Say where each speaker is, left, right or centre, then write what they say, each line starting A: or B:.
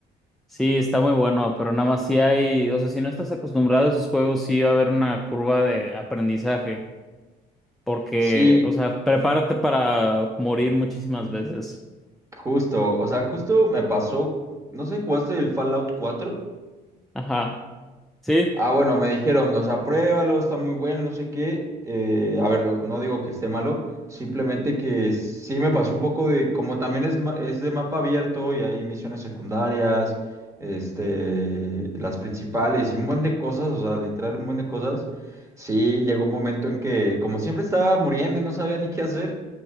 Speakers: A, in the centre; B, on the right.
A: Sí, está muy bueno, pero nada más si hay, o sea, si no estás acostumbrado a esos juegos, sí va a haber una curva de aprendizaje, porque,
B: Sí,
A: o sea, prepárate para morir muchísimas veces.
B: justo, o sea, justo me pasó, no sé, ¿jugaste el Fallout cuatro
A: Ajá. ¿Sí?
B: Ah, bueno, me dijeron, nos apruébalo, está muy bueno, no sé qué. Eh, a ver, no no digo que esté malo, simplemente que sí me pasó un poco de, como también es, ma- es de mapa abierto y hay misiones secundarias, este, las principales y un buen de cosas, o sea, literal un buen de cosas. Sí, llegó un momento en que, como siempre estaba muriendo y no sabía ni qué hacer,